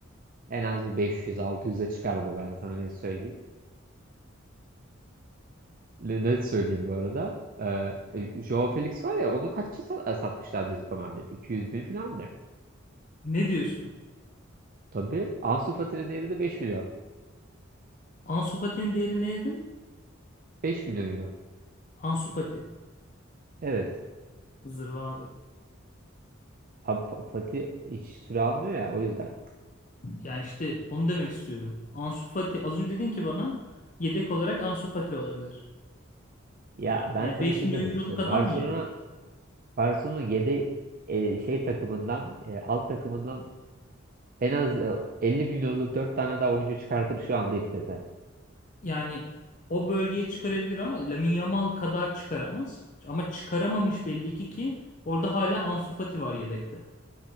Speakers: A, on the right (about 45°); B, on the left (about 40°).
A: En az bir 500-600'e çıkar bu ben sana ne söyleyeyim. Ne ne söyleyeyim bu arada? Ee, e, Joao Felix var ya onu kaça sa- e, satmışlar Atletico Madrid? 200 bin falan da.
B: Ne diyorsun?
A: Tabii Ansu Fati'nin değeri de 5 milyon.
B: Ansu Fati'nin değeri ne dedin?
A: 5 milyon euro.
B: Ansu Fati.
A: Evet.
B: Zırva abi.
A: Abi Fa- Fatih hiç süre almıyor ya o yüzden.
B: Yani işte onu demek istiyorum. Ansu Fati az önce dedin ki bana yedek olarak Ansu Fati olabilir.
A: Ya ben
B: Yani
A: sana
B: 5
A: şunu demek
B: milyon
A: istiyorum.
B: euroluk adam
A: Barcelona
B: mı yedek?
A: Barcelona 7 şey takımından e, alt takımından en az e, 50 milyonluk 4 tane daha oyuncu çıkartır şu anda istese.
B: Yani o bölgeye çıkarabilir ama Lamine Yamal kadar çıkaramaz. Ama çıkaramamış belli ki ki orada hala Ansu Fati var yedekte.